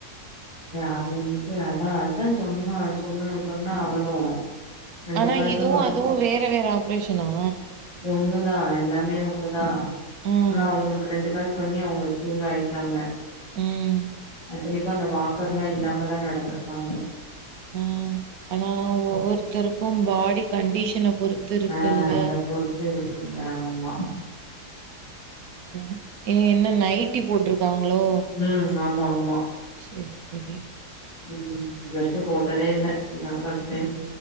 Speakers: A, on the left; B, on the right.
A: அது வந்துட்டு அதான் அதான் சொன்னா சொன்னா சொன்னா அவளு ரெண்டு
B: ஆனா
A: கால்லா
B: இதுவும் அதுவும் வேற வேற ஆப்ரேஷனா
A: ஒண்ணுதான் எல்லாமே ஒண்ணுதான்
B: ம்
A: ஆனா அவ்ங்களுக்கு ரெண்டு கள் பண்ணி அவுங்க க்யூர் ஆயிட்டாங்க
B: ம்
A: இத்தனைக் அந்த வாக்கர்லா இல்லாமதா நடந்துருக்காங்க
B: ம் ஆனா ஒவ்வொருத்தருக்கு பாடி கண்டிஷன பொறுத்து இருக்குல்ல
A: ஆ அத பொறுத்து இருக்கில்ல ஆமா
B: என்னா ஏ என்ன நைட்டி போட்ரு க்காங்ளோ
A: ம் ஆமா ஆமா
B: செரி செரி
A: ம் இது வரைக்கு போட்டதே இல்ல இதா ஃபஸ்ட் டைம்